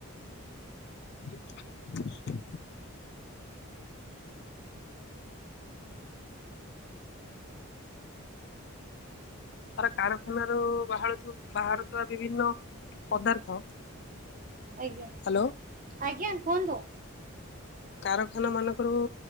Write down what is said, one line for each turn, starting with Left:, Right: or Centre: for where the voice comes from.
Left: <unintelligible> ତାର କାରଖାନାରୁ ବାହାରୁ ଥି ବାହାରୁଥିବା ବିଭିନ୍ନ ପଦାର୍ଥ
Right: ଆଜ୍ଞା,
Left: ହ୍ୟାଲୋ
Right: ଆଜ୍ଞା କୁହନ୍ତୁ।
Left: କାରଖାନା ମାନଙ୍କରୁ